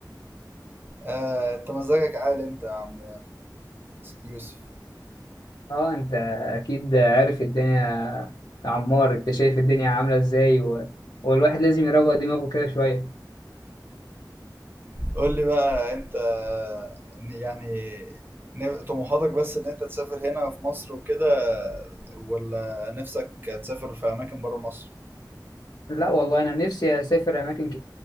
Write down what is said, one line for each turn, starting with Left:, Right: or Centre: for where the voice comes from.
Right: آه، أنت مزاجك عالي أنت يا عم يوسف
Left: اه انت اكيد عارف الدنيا يا عمار انت شايف الدنيا عامله ازاي و... والواحد لازم يروق دماغه كده شويه
Right: قول لي بقى أنت آه، إن يعني نف- طموحاتك بس إن أنت تسافر هنا في مصر وكده ولا نفسك تسافر في أماكن برا مصر؟
Left: لا والله انا نفسي اسافر اماكن كتير